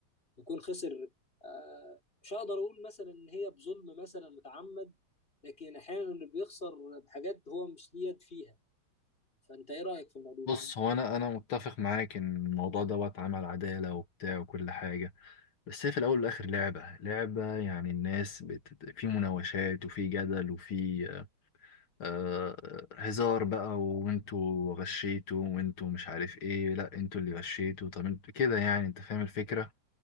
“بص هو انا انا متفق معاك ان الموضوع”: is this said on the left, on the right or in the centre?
Left